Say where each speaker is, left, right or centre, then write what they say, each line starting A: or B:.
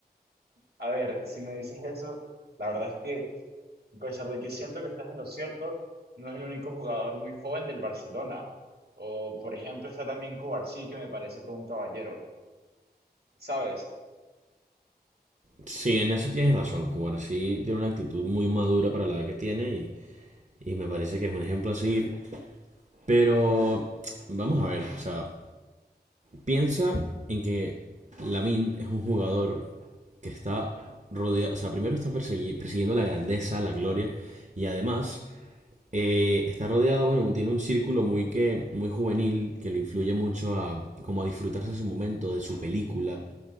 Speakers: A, on the right; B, on the right.
A: A ver, si me dices eso, la verdad es que, a pesar de que siento que estás en lo cierto, no es el único jugador muy joven del Barcelona. O, por ejemplo, está también Cubarsí, que me parece todo un caballero. ¿Sabes?
B: sí, en eso tienes razón, Cubar sí tiene una actitud muy madura para la edad que tiene y, y me parece que es un ejemplo a seguir. Pero, vamos a ver, o sea, Piensa en que Lamin es un jugador que está rodeado, o sea, primero está persegui- persiguiendo la grandeza, la gloria, y además eh, está rodeado, bueno, tiene un círculo muy, que, muy juvenil que lo influye mucho a, como a disfrutarse de su momento, de su película.